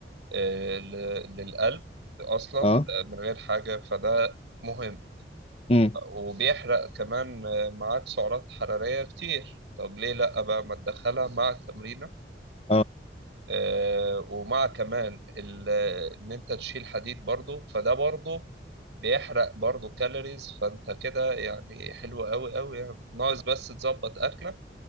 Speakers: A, on the right; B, on the left.
A: آه، ل- للقلب اصلا
B: اه
A: من غير حاجه فده مهم
B: امم
A: وبيحرق كمان آه، معاك سعرات حرارية كتير طب ليه لأ بقى ما تدخلها مع التمرينة
B: اه
A: آه، ومع كمان ال- إن أنت تشيل حديد برضو فده برضو بيحرق برضو كالوريز فأنت كده يعني حلو أوي أوي يعني ناقص بس تظبط أكلك